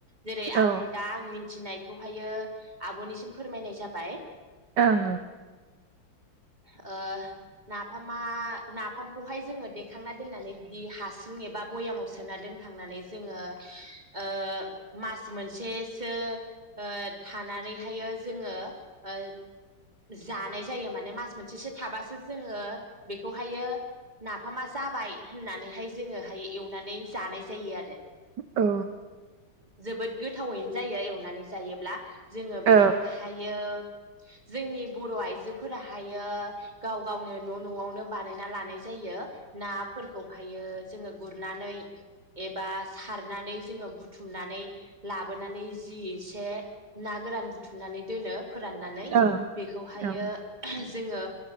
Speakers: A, on the right; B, on the right.
A: जेरै आं
B: औ
A: दा आं मिथिनाय बेखौहायो आबनिसिम फोरमायनाय जाबाय
B: ओं
A: ओ नाफामा नाफामखौहाय जोङो देखांना दोननानै बिदि हासुं एबा भयामाव सोना दोनखांनानै जोङो ओ मास मोनसेसो ओ थानानैहायो जोङो ओ जानाय जायो माने मास मोन बिसेसो थाबासो जोङो बेखौहायो ना फामा जाबाय होननानैहाय जोङोहाय एवनानै जानाय जायो आरो
B: औ
A: जोबोद गोथावैनो जायो एवनानै जायोब्ला जोङो
B: औ
A: बेखौ हायो जोंनि बर' आइजोफोराहाय बेयो गाव गावनो न' न'आवनो बानायना लानाय जायो नाफोरखौहायो जोङो गुरनानै एबा सारनानै जोङो बुथुमनानै लाबोनानै जि एसे ना गोरान बुथुमनानै दोनो। फोराननानै
B: ओं
A: बेखौहायो
B: औ
A: जोङो